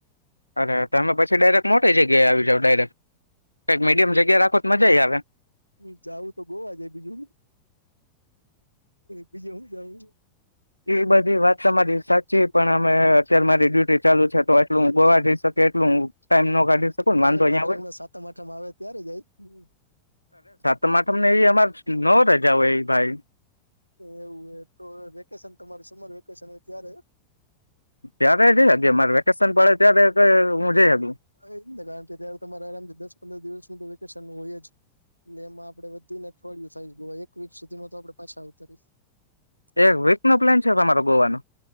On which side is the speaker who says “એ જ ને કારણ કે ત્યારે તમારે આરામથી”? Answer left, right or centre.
Right